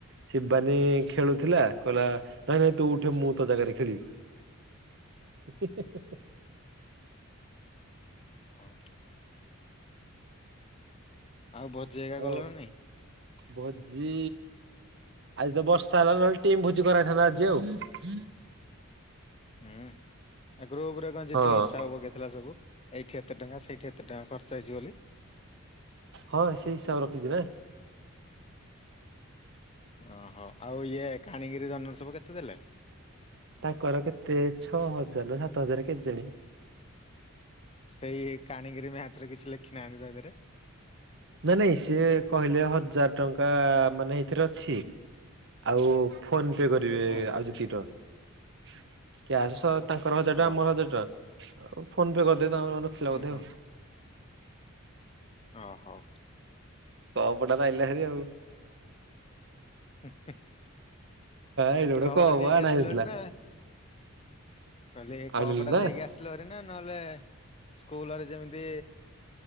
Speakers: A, on the right (about 55°); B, on the left (about 25°).
A: ଶିବାନୀ ଖେଳୁଥିଲା କହିଲା ନାଇଁ ନାଇଁ ତୁ ଉଠେ ମୁଁ ତୋ ଜାଗାରେ ଖେଳିବି। <unintelligible>
B: ହଁ। ଆଉ ଭଜି ଏକା
A: ଆଉ
B: ଗଲଣି ନା ନାହିଁ।
A: ଭୋଜି ଆଜି ତ ବର୍ଷା ହେଲା ନହେଲେ ଟିମ୍ ଭୋଜି କରା ହେଇଥାନ୍ତା ଆଜି ଆଉ।
B: ହୁଁ। ଗ୍ରୁପ ରେ କଣ ଜିତୁ
A: ହଁ
B: ହିସାବ ପକେଇଥିଲା ସବୁ। ଏଇଠି ଏତେ ଟଙ୍କା ସେଇଠି ଏତେ ଟଙ୍କା ଖର୍ଚ୍ଚ ହେଇଛି ବୋଲି।
A: ହଁ ସେଇ ହିସାବ ରଖିଛି ନା।
B: ଓହୋ ଆଉ ଇଏ କାଣଗିରି ଜନଲ ସବୁ କେତେ ଦେଲେ।
A: ତାଙ୍କର କେତେ ଛଅ ହଜାର ସାତ ହଜାର କେଜାଣି।
B: ସେଇ କାଣୀଗିରି। ରେ କିଛି ଲେଖିନାହାନ୍ତି ତ ଏଥିରେ।
A: ନାଇ ନାଇଁ ସିଏ କହିଲେ ହଜାର ଟଙ୍କା ମାନେ ଏଇଥିରେ ଅଛି ଆଉ ଫୋନ। କେତେ କରିବେ
B: ହଁ
A: ଆଉ ଯେତିକିଟ <unintelligible> କ୍ୟାସ। ତାଙ୍କର ହଜାର ଟଙ୍କା
B: ଓହୋ
A: ମୋର ହଜାର ଟଙ୍କା। ଆଉ ଫୋନ ପେ କରିଦେ। ନଥିଲା
B: ହୁଁ
A: ବୋଧେ।
B: ହୁଁ ଓ ହଉ।
A: କପ୍ ଟା ତ ଆଇଲା ଭାରି।
B: ହ <inaudible>
A: ଏଇଟା ଗୋଟେ
B: କପ ଟା ନେଇକି
A: ଆଣା
B: ଆସିଲ
A: ହେଇନଥିଲା
B: ଭାରି ନା କହିଲି
A: ଆଣିଲୁ
B: କପ୍ ଟା
A: ନା
B: ନେଇକି ଆସିଲ ଭାରି ନା। ନା ନହେଲେ ସ୍କୁଲରେ ଯେମିତି।